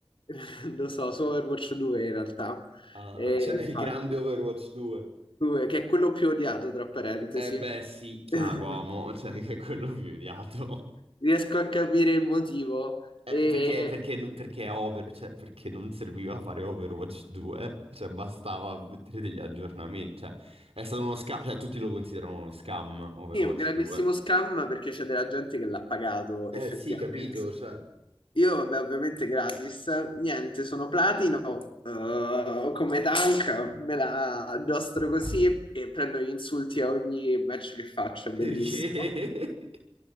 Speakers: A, on the left; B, on the right.
A: <laughs> lo so, su Overwatch 2 in realtà.
B: Ah,
A: E
B: c'è il
A: infatti,
B: grande Overwatch 2.
A: 2, che è quello più odiato, tra parentesi.
B: Che- Eh beh, sì, chiaro,
A: <laughs>
B: amo, <laughs> cioè che è quello più odiato.
A: Riesco a capire il motivo.
B: Eh,
A: E
B: perché, perché, perché è over- cioè, perché non serviva fare Overwatch 2, cioè bastava mettere degli aggiornamenti, cioè è stato uno scam, cioè tutti lo considerano uno scam Overwatch
A: sì, è un grandissimo
B: 2.
A: scam perché c'è della gente che l'ha pagato
B: Eh
A: effettivamente.
B: sì, capito, cioè.
A: Io, vabbè, ovviamente gratis. Niente, sono platino, eh, come tank, me la addostro così e prendo gli insulti a ogni match che faccio, è
B: Perché?
A: bellissimo.